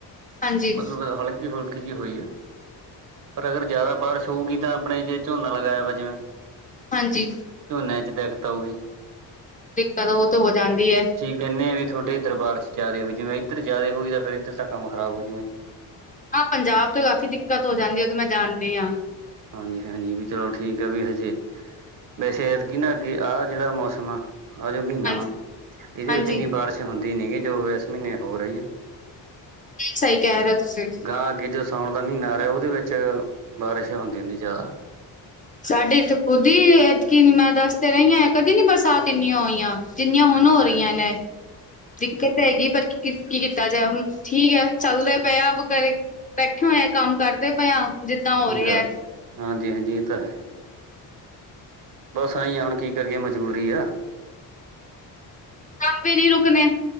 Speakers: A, on the left (about 20°); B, on the right (about 50°).
A: ਹਾਂਜੀ
B: ਮਤਲਬ ਹਲਕੀ- ਫੁਲਕੀ ਜਿਹੀ ਹੋਈ ਆ, ਪਰ ਅਗਰ ਜ਼ਿਆਦਾ ਬਾਰਿਸ਼ ਹੋਊਗੀ ਤਾਂ, ਆਪਣੇ ਜੇ ਝੋਨਾ ਲਗਾਇਆ ਵਾ ਜਿਵੇਂ
A: ਹਾਂਜੀ।
B: ਝੋਨੇ ਚ, ਦਿੱਕਤ ਆਉਗੀ।
A: ਦਿੱਕਤ, ਉਹ ਤੇ ਹੋ ਜਾਂਦੀ ਐ।
B: ਕਿੰਨੇ ਵੀ, ਤੁਹਾਡੇ ਦਰਬਾਰ ਚ ਜਿਆਦੇ ਹੋਈ, ਜਿਵੇਂ ਇੱਧਰ ਜ਼ਿਆਦੇ ਹੋਈ ਤਾਂ, ਫੇਰ ਇੱਧਰ ਤਾਂ, ਕੰਮ ਖਰਾਬ ਹੋਜੂ।
A: ਹਾਂ, ਪੰਜਾਬ ਚ ਕਾਫ਼ੀ ਦਿੱਕਤ ਹੋ ਜਾਂਦੀ ਐ, ਉਹ ਤੇ ਮੈਂ ਜਾਣਦੀ ਆ।
B: ਹਾਂਜੀ- ਹਾਂਜੀ ਵੀ, ਚਲੋ ਠੀਕ ਆ ਵੀ, ਹਜੇ ਵੈਸੇ, ਐਦਕੀਂ ਨਾ ਅੱਗੇ ਆਹ ਜਿਹੜਾ ਮੌਸਮ ਆ ਆ ਜੋ ਮਹੀਨਾ
A: ਹਾਂਜੀ
B: ਵਾ, ਇਹਦੇ
A: ਹਾਂਜੀ
B: ਵਿੱਚ ਇੰਨੀ ਬਾਰਿਸ਼ ਹੁੰਦੀ ਨਹੀਂ ਗੀ, ਜੋ ਇਸ ਮਹੀਨੇ ਹੋ ਰਹੀ ਏ।
A: ਸਹੀ, ਕਹਿ ਰਹੇ ਹੋ ਤੁਸੀਂ।
B: ਤਾਂ, ਅੱਗੇ ਜੋ ਸਾਉਣ ਦਾ ਮਹੀਨਾ ਆ ਰਿਹਾ, ਓਹਦੇ ਵਿੱਚ ਬਾਰਿਸ਼ ਹੁੰਦੀ -ਹੁੰਦੀ ਜ਼ਿਆਦਾ।
A: ਸਾਡੇ ਇੱਥੇ, ਖੁਦ ਈ ਐਤਕੀਂ ਮੈਂ ਦੱਸ ਤੇ ਰਹੀ ਹਾਂ, ਕਦੀ ਨਹੀਂ, ਬਰਸਾਤ ਇੰਨੀਆਂ ਹੋਈਆਂ। ਜਿੰਨੀਆਂ ਹੁਣ
B: ਅੱਛਾ
A: ਹੋ ਰਹੀਆਂ ਨੇ। ਦਿੱਕਤ ਤੇ
B: ਦੱਸ
A: ਹੈਗੀ, ਪਰ ਕੀ, ਕੀਕੀਤਾ ਜਾਏ ਹੁਣ, ਠੀਕ ਹੈ, ਚੱਲਦੇ ਪਏ ਆ <unintelligible> ਘਰੇ ਬੈਠੇ ਹੋਏ ਆ, ਕੰਮ ਕਰਦੇ ਪਏ ਹਾਂ, ਜਿੱਦਾਂ ਹੋ ਰਿਹਾ।
B: ਗੱਲ ਹਾਂਜੀ- ਹਾਂਜੀ, ਇਹ ਤਾਂ ਹੈ। ਬਸ, ਐਂ ਹੀ ਹੈ, ਹੁਣ ਕੀ ਕਰੀਏ ਮਜ਼ਬੂਰੀ ਆ।
A: ਕੰਮ ਵੀ ਨੀ, ਰੁਕਣੇ।